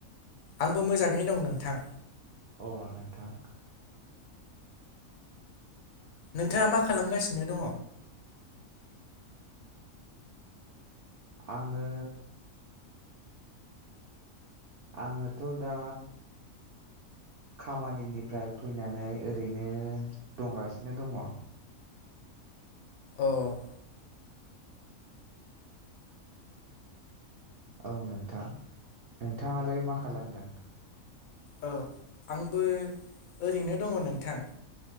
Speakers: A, on the left; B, on the right.
A: आंबो मोजाङै दं नोंथां।
B: अ नोंथां।
A: नोंथाङा मा खालामगासिनो दङ
B: आङो। आङोथ' दा। खामानिनिफ्राय फैनानै ओरैनो दंगासिनो दङ।
A: औ।
B: औ नोंथां नोंथाङालाय मा खालामदों
A: औ आंबो ओरैनो दङ नोंथां।